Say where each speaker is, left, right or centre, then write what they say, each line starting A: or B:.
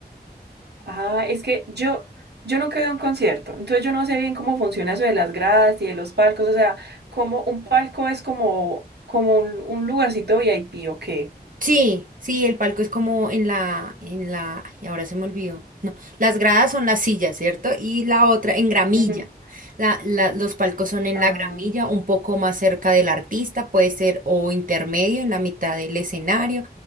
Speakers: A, on the right (about 80°); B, on the right (about 55°).
A: Ah, es que yo, yo nunca he ido a un concierto, entonces yo no sé bien cómo funciona eso de las gradas y de los palcos, o sea, como un palco es como, como un, un lugarcito VIP, ¿o qué?
B: Sí, sí, el palco es como en la, en la, ay, ahora se me olvidó. No, las gradas son las sillas, ¿cierto? Y la otra en gramilla.
A: Ujú.
B: La, la- los palcos son en
A: Ah,
B: la gramilla, un poco más cerca del artista, puede ser o intermedio, en la mitad del escenario.